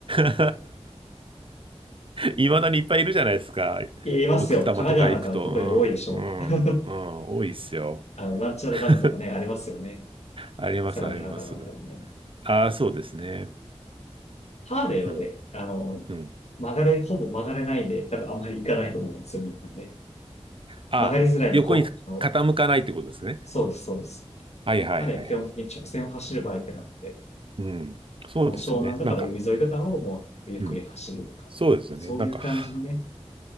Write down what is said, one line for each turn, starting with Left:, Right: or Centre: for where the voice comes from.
Right: <laughs> いまだにいっぱいいるじゃないですか。
Left: いますよ。
Right: 奥多摩とか行くと。
Left: 神奈川なんかの特に多いでしょう。
Right: うん、うん、うん、多いっすよ。
Left: あの、なんちゃらダムとかね、
Right: <laughs>
Left: ありますよね。
Right: あります、
Left: 相模原かなんかのね。
Right: あります。ああ、そうですね。
Left: ハーレーはね、
Right: うん、
Left: あの、
Right: うん。
Left: 曲がれ、ほぼ曲がれないんで、多分あんまり行かないと思うんですよ、みたいなね。
Right: あ、
Left: 曲がりづらいの、
Right: 横に傾かないってことですね。
Left: こう、あのそうです、そうです。
Right: はいはいはいはい。
Left: ハーレー基本的に直線を走るバイクなので、
Right: うん。そうですよね。
Left: もう湘南とかの海沿いとかをもうゆっくり走るとか、
Right: なんか、うん。そうですよね。
Left: そういう感じのね。
Right: なんか、ハ